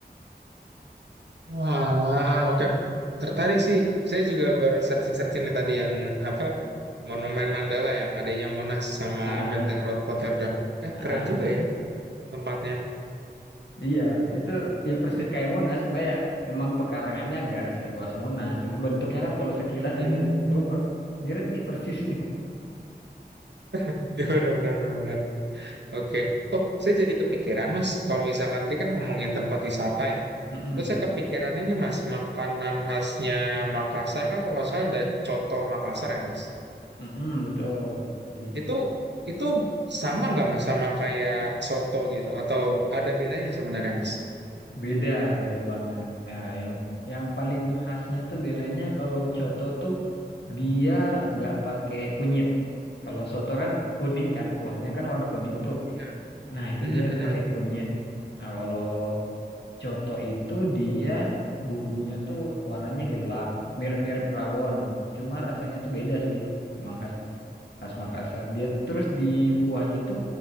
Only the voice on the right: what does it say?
Walah, oke. Tertarik sih. Saya juga baru searching-searching nih tadi yang apa Monumen Mandala yang adanya Monas sama
Benteng
Rood Rotterdam. Eh,
keren
juga ya tempatnya.
Hmm.
<laughs> Ya, benar-benar Oke. Oh, saya jadi kepikiran, Mas. Kalau misalkan tadi kan ngomongin tempat wisata ya.
Terus saya kepikiran ini, Mas, makanan khasnya Makassar kan kalau nggak salah ada coto Makassar ya, Mas.
Itu itu sama nggak, Mas, sama kayak soto gitu? Atau ada bedanya sebenarnya, Mas?
Iya.
Mhm.